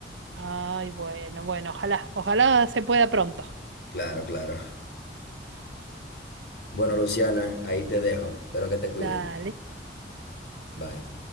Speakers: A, on the right (about 85°); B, on the left (about 65°).
A: Ay, bueno, bueno, ojalá, ojalá se pueda pronto.
B: Claro, claro. Bueno, Luciana, ahí te dejo. Espero que te cuides.
A: Dale.
B: Bye.